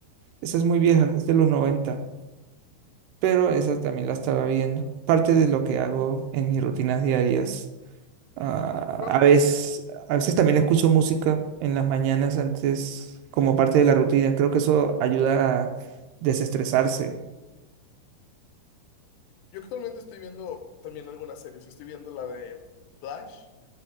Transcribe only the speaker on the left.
Yo,
yo actualmente estoy viendo también algunas series, estoy viendo la de Flash,